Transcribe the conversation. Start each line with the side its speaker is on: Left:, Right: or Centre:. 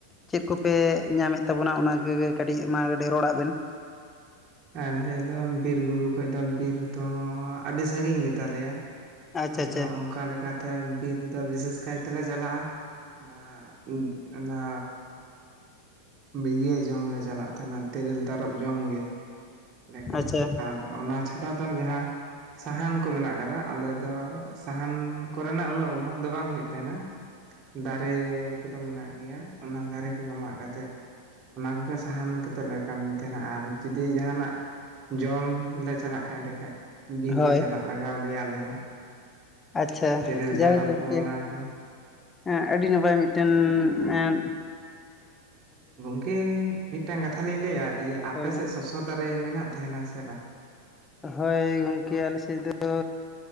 Left: ᱪᱮᱫ ᱠᱚᱯᱮ ᱧᱟᱢᱮᱫ ᱛᱟᱵᱚᱱᱟ ᱚᱱᱟ ᱠᱚᱜᱮ ᱠᱟᱹᱴᱤᱡ ᱢᱟ ᱠᱟᱹᱴᱤᱡ ᱨᱚᱲᱟᱜ ᱵᱮᱱ᱾
Right: ᱟᱞᱮ ᱫᱚ ᱵᱤᱨ ᱵᱩᱨᱩ ᱠᱷᱚᱡ ᱫᱚ ᱵᱤᱨ ᱫᱚ ᱟᱹᱰᱤ ᱥᱟᱺᱜᱤᱧ ᱜᱮᱛᱟᱞᱮᱭᱟ,
Left: ᱟᱪᱪᱷᱟ
Right: ᱟᱫᱚ
Left: ᱟᱪᱪᱷᱟ
Right: ᱚᱱᱠᱟ ᱞᱮᱠᱟ ᱛᱮ ᱵᱤᱨ ᱫᱚ ᱵᱤᱥᱮᱥ ᱠᱟᱭᱛᱮ ᱞᱮ ᱪᱟᱞᱟᱜᱼᱟ ᱚᱱᱟ ᱚᱱᱟ ᱤᱭᱟᱹ ᱡᱚᱢ ᱞᱮ ᱪᱟᱞᱟᱜ ᱛᱟᱦᱮᱱᱟ ᱛᱮᱨᱮᱞ ᱛᱟᱨᱚᱵ ᱡᱚᱢ ᱜᱮ, ᱮᱸᱰᱮᱠᱷᱟᱱ
Left: ᱟᱪᱪᱷᱟ
Right: ᱟᱨ ᱚᱱᱟ ᱪᱷᱟᱰᱟ ᱫᱚ ᱡᱟᱦᱟᱸ ᱥᱟᱦᱟᱱ ᱠᱚ ᱢᱮᱱᱟᱜ ᱟᱠᱟᱫᱟ ᱟᱞᱮ ᱫᱚ ᱥᱟᱦᱟᱱ ᱠᱚᱨᱮᱱᱟᱜ ᱩᱱᱟᱹᱜ ᱚᱵᱷᱟᱵᱽ ᱫᱚ ᱵᱟᱝ ᱦᱩᱭᱩᱜ ᱛᱟᱦᱮᱱᱟ, ᱫᱟᱨᱮ ᱠᱚᱫᱚ ᱢᱮᱱᱟᱜ ᱜᱮᱭᱟ ᱚᱱᱟ ᱫᱟᱨᱮ ᱠᱚᱜᱮ ᱢᱟᱜ ᱠᱟᱛᱮᱫ ᱚᱱᱟ ᱠᱚᱜᱮ ᱥᱟᱦᱟᱱ ᱠᱟᱛᱮᱫ ᱞᱮ ᱠᱟᱹᱢᱤᱭ ᱛᱟᱦᱮᱱᱟ, ᱟᱨ ᱡᱩᱫᱤ ᱡᱟᱦᱟᱱᱟᱜ ᱡᱚᱢ ᱞᱮ ᱪᱟᱞᱟᱜ ᱛᱟᱦᱮᱸᱜ ᱮᱸᱰᱮ ᱠᱷᱟᱡ, ᱵᱤᱨ
Left: ᱦᱳᱭ
Right: ᱜᱮ ᱪᱟᱞᱟᱜ ᱞᱟᱜᱟᱣ ᱞᱮᱭᱟ ᱟᱞᱮ ᱫᱚ᱾
Left: ᱟᱪᱪᱷᱟ
Right: ᱛᱮᱨᱮᱞ
Left: ᱡᱟᱭᱦᱳᱠ
Right: ᱛᱟᱨᱚᱵ
Left: ᱜᱚᱝᱠᱮ᱾
Right: ᱠᱚ ᱚᱱᱟ ᱠᱚ
Left: ᱮᱸ ᱟᱹᱰᱤ ᱱᱟᱯᱟᱭ ᱢᱤᱫᱴᱮᱱ ᱮᱸᱫ
Right: ᱜᱚᱝᱠᱮ ᱢᱤᱫᱴᱟᱝ ᱠᱟᱛᱷᱟ ᱞᱤᱧ ᱞᱟᱹᱭᱟ, ᱤᱭᱟᱹ ᱟᱯᱮ
Left: ᱦᱳᱭ ᱢᱟ
Right: ᱥᱮᱫ ᱥᱚᱥᱚ ᱫᱟᱨᱮ ᱢᱮᱱᱟᱜ ᱛᱟᱦᱮᱱᱟ ᱥᱮ ᱵᱟᱝ?
Left: ᱦᱳᱭ ᱜᱚᱝᱠᱮ ᱟᱞᱮ ᱥᱮᱫ ᱫᱚ